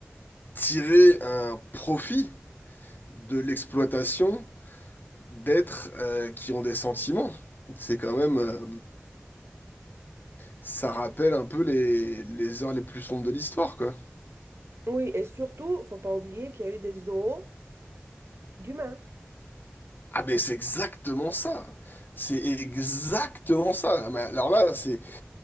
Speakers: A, on the left (about 45°); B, on the right (about 65°).
A: tirer un profit de l'exploitation d'êtres euh, qui ont des sentiments. C'est quand même euh, ça rappelle un peu les les heures les plus sombres de l'histoire quoi.
B: Oui, et surtout, faut pas oublier qu'il y a eu des zoos d'humains.
A: Ah mais c'est exactement ça. C'est exactement ça. Ah, mais alors là, c'est